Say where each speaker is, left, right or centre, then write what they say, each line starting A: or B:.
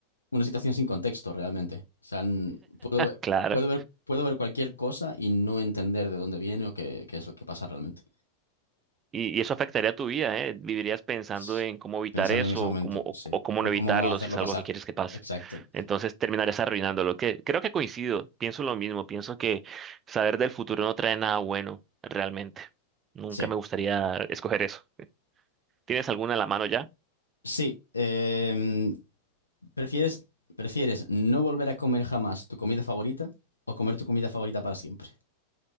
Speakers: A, on the left (about 80°); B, on the right (about 25°).
A: una situación sin contexto realmente. O sea, n- puedo ver,
B: claro.
A: puedo ver, puedo ver cualquier cosa y no entender de dónde viene o qué, qué es lo que pasa realmente.
B: Y, y eso afectaría tu vida, ¿eh? Vivirías pensando
A: S-
B: en cómo evitar
A: Pensando
B: eso
A: en ese momento,
B: o cómo, o,
A: sí.
B: o cómo
A: O
B: no evitarlo
A: cómo hacerlo
B: si es
A: pasar.
B: algo que quieres que pase.
A: Exacto.
B: Entonces terminarías arruinándolo. Que, creo que coincido, pienso lo mismo, pienso que saber del futuro no trae nada bueno, realmente. Nunca
A: Sí.
B: me gustaría escoger eso. ¿Tienes alguna en la mano ya?
A: Sí, em, ¿prefieres, prefieres no volver a comer jamás tu comida favorita o comer tu comida favorita para siempre?